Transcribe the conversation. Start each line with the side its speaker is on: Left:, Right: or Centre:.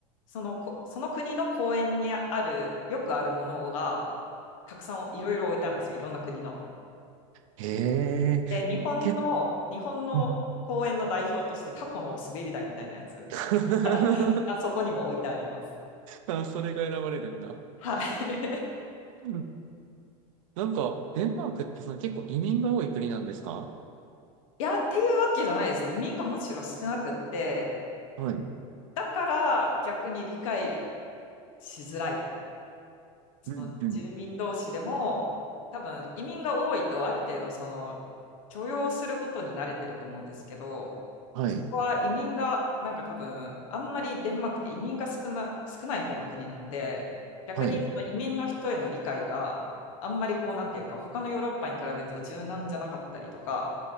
Left: そのこ、その国の公園にある、よくあるものがたくさんいろいろ置いてあるんですよ、いろんな国の。
Right: へえ。
Left: で、日本の、
Right: け、
Left: 日本の公園の代表としてタコの滑り台みたいなやつ
Right: うん。<laughs>
Left: <laughs> がそこにも置いてあります。
Right: あ、それが選ばれるんだ。
Left: はい。<laughs>
Right: うんなんか、デンマークってその結構移民が多い国なんですか
Left: いや、っていうわけじゃないですね。移民がむしろ少なくって、
Right: はい。
Left: だから逆に理解しづらい。その住民同士でも、
Right: うん、うん。
Left: 多分移民が多いとある程度その許容することに慣れてると思うんですけど、
Right: はい。
Left: そこは移民が、なんか多分、あんまりデンマークって移民が少な、少ない方の国なんで、逆にその移民の人への理解があんまりこう、
Right: はい。
Left: なんていうか、他のヨーロッパに比べると柔軟じゃなかったりとか